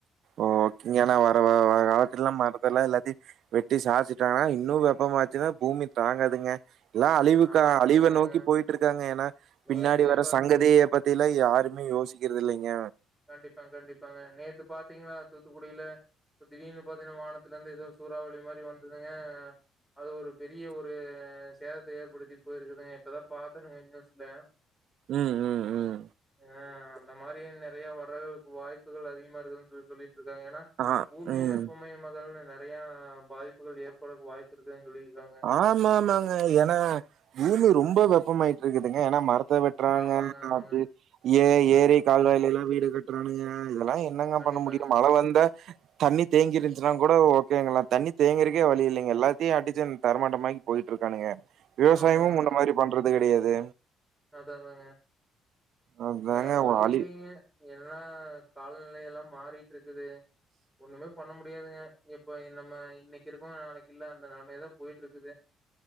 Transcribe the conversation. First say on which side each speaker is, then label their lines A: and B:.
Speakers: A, on the right; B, in the centre.
A: ஓகேங்க ஆனா வர வர்ற காலத்துலெல்லா மரத்தெல்லா எல்லாத்தயு வெட்டி சாச்சுட்டாங்கனா இன்னு வெப்பமாச்சுன்னா பூமி தாங்காதுங்க எல்லா அழிவுக்க
B: ஆமா
A: அழிவ
B: ஆமாங்க
A: நோக்கி போயிட்ருக்காங்க ஏன்னா
B: நேத்தே
A: பின்னாடி வர
B: பாத்
A: சங்கதிய பத் தியெலா யாருமே யோசிக்கறது இல்லைங்க
B: கண்டிப்பாங் கண்டிப்பாங்க நேத்து பாத்திங்ளா தூத்துக்குடில இப்ப திடீர்னு பாத்திங்கனா வானத்துலருந்து எதோ சூறாவளி மாரி வந்துதுங்க அது ஒரு பெரிய ஒரு சேதத்த ஏற்படுத்திட்டு போயிருக்குதுங்க இப்பதா பாத்தனுங்க நியூஸ்ல
A: ம் ம் ம்
B: அ அந்த மாரி இன்ன நெறையா வர்றதுக்கு வாய்ப்புகள் அதிகமா இருக்குதுன் சொல்லிட்ருக்காங்க ஏன்னா
A: ஆ
B: பூமி
A: ம்
B: வெப்பமயமாதல்னு நெ நெறையா பாதிப்புகள் ஏற்பட வாய்ப்பு இருக்கு சொல்லிருக்காங்க
A: ஆமா ஆமாங்க ஏன்னா பூமி ரொம்ப வெப்பமாயிட்டு இருக்குதுங்க ஆனா மரத் த்த வெட்றாங்க
B: ஆமாங்க, ஆமாங்க.
A: நர் பே ஏன் ஏரி கால்வாயில எல்லா வீடு கட்டுறானுங்க இதெல்லா என்னங்க
B: கண்டிப்பாங்க.
A: பண்ண முடியும் மழ வந்தா தண்ணி தேங்கிருந்ச்சன்னா கூட ஓகேங்களா தண்ணி தேங்குறக்கே வழி இல்லங்க எல்லாத்தையும் அடிச்சம் தரமட்டமாக்கி போயிட்ருக்கானுங்க விவசாயமு
B: ஆமாங்க,
A: முன்ன மாதிரி பண்றது கிடயாது
B: அதா தாங்க
A: அதாங்க
B: வேற வழி
A: வலி
B: இல்லைங்க எல்லா கால் நிலையெல்லா மாறிட்ருக்குது ஒண்ணுமே பண்ண முடியாதுங்க இப்ப இன் நம்ம இன்னைக்கு இருக்கோ நாளைக்கு இல்ல அந்த நெலமை தா போயிட்ருக்குத